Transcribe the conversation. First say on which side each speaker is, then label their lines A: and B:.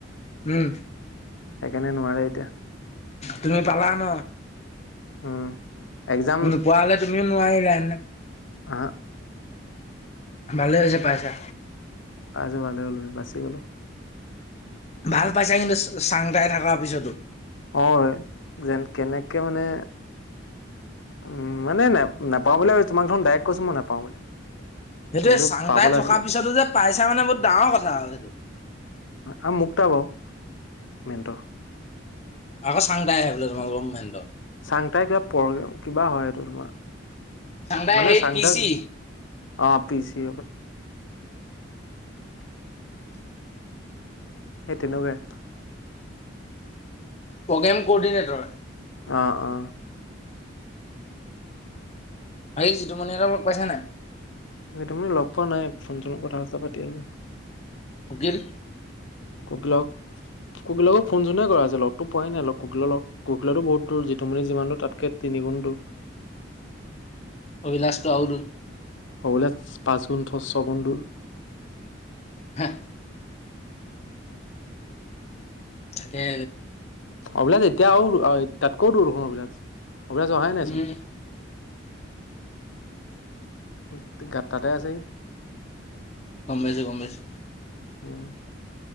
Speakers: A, on the left; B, on the left.
A: উম।
B: সেইকাৰণে নোৱাৰে এতিয়া।
A: তুমি পালা ন,
B: উম। এক্সাম
A: নপোৱা হ'লে তুমিও নোৱাৰিলে হেতেন।
B: অ'
A: ভালে হৈছে পাইছা।
B: পাইছে ভালে হ'ল বাচি গলো।
A: ভাল পাইছা কিন্তু চাংটাই থাকা পিছতো,
B: হয় যেন কেনেকে মানে উম মানে ন নাপাওঁ বুলিয়ে, তোমাক দখোন ডাইৰেক কৈছো মই নোপাওঁ বুলি।
A: সেইটোৱে
B: কিন্তু
A: চাংটাই
B: পাবলৈ
A: থকাৰ
B: আছিলে
A: পিছতো যে পাইছা মানে বহুত ডাঙৰ কথা আৰু সেইটো।
B: আ মুকটা বাও মেইণ্টৰ,
A: আকৌ চাংতাই আহে বোলে তোমালোকৰ মেণ্টৰ।
B: চাংতাই কিবা পৰগে কিবা হয় এইটো তোমাৰ,
A: চাংডাই
B: মানে
A: সে
B: চাংটাক
A: পি চি,
B: অ' পিছি সেই তেনেকুৱাই।
A: Programme coordinator.
B: অ'-অ'
A: আজি যিটোমণি হ'তক লগ পাইছা নে নাই?
B: যিতুমনিক লগ পোৱা নাই, ফোন চোনত কথা চথা পাতি আছো।
A: কুকিল
B: কুকিলাক কুকিলাকো ফোন চোনে কৰা হৈছে, লগতো পোৱাই নাই, কুকিল লগ কুকিলৰতো বহুত দূৰ, যিটুমনিৰ যিমান দুৰ তাতকে তিনি গুণ দুৰ।
A: অবিলাসটো আৰু দূৰ।
B: অবিলাচৰ পাঁচ গুন, ছগুন দুৰ।
A: হে, <unintelligible> থাকে,
B: অভিলাশ এতিয়া আৰু তাতকৈও দুৰ দেখোন অভিলাষ, অবিলাচ অহাই নাইচোন।
A: উম
B: <unintelligible>
A: গম পাইছো গম পাইছো।
B: উম,